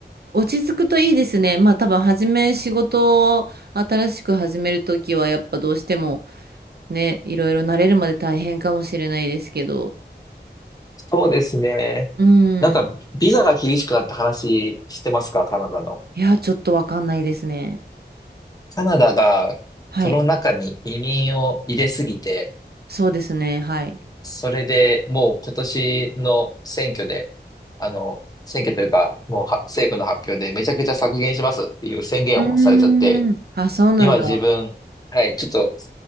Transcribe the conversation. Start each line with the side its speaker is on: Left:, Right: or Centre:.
Right: 落ち着くといいですね。まあ多分、初め仕事を新しく始めるときは、やっぱどうしてもね、いろいろ慣れるまで大変かもしれないですけど。
Left: そうですね。
Right: うん。
Left: なんか、ビザが厳しくなった話してますかカナダの。
Right: いや、ちょっとわかんないですね。
Left: カナダがコロナ禍に移民を入れすぎて、
Right: はい。そうですね。はい。
Left: それでもう今年の選挙で、あの、選挙というか、もうは政府の発表でめちゃくちゃ削減しますっていう宣言をされちゃって、
Right: <laughs> うーん。あ、そうなんだ。
Left: 今自分、はい、ちょっと